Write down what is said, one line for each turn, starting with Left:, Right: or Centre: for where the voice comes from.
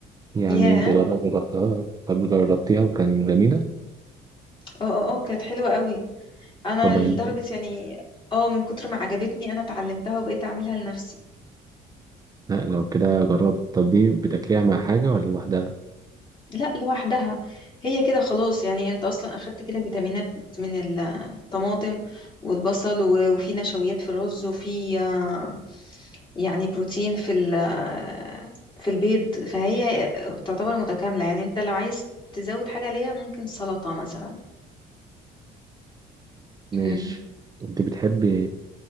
Right: يعني
Left: ياه
Right: انت جرب- جربتها طب جربتيها وكان جميله
Left: اه اه اه كانت حلوة قوي انا
Right: طب
Left: لدرجة
Right: ال-
Left: يعني اه من كتر ما عجبتني انا اتعلمتها وبقيت اعملها لنفسي
Right: لا لو كده جربها طب دي بتاكليها مع حاجه ولا لوحدها
Left: لا لوحدها هي كده خلاص يعني انت اصلا اخدت كده فيتامينات من الطماطم والبصل و- وفي نشويات في الرز وفي آه، يعني بروتين في ال- آه، في البيض فهي تعتبر متكاملة يعني انت لو عايز تزود حاجة ليها ممكن سلطة مثلا
Right: ماشي
Left: مم.
Right: انت بتحبي